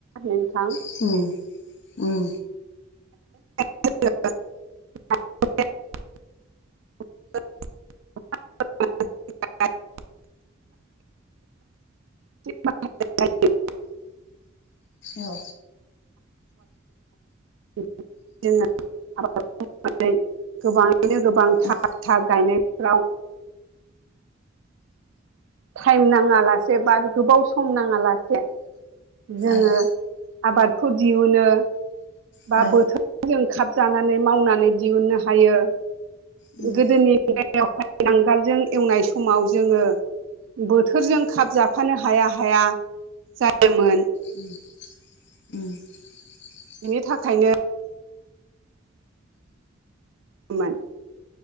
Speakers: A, on the right; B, on the left.
A: नोंथां
B: <inaudible> ओं
A: <unintelligible> <unintelligible> <unintelligible>
B: औ
A: <unintelligible> मै गोबाङैनो गोबां थाब
B: औ
A: थाब गायनायफ्राव <unintelligible> टाइम नाङा लासे बा गोबाव सम नाङा लासे जोङो
B: औ
A: आबादखौ दिहुनो बा
B: औ
A: बोथोर जों खाबजानानै मावनानै दिहुननो हायो
B: उम
A: गोदोनि <unintelligible> यावहाय नांगोलजों एवनाय समाव जोङो बोथोरजों खाब जाफानो हाया हाया जायोमोन।
B: उम <inaudible>
A: बिनि थाखायनो मान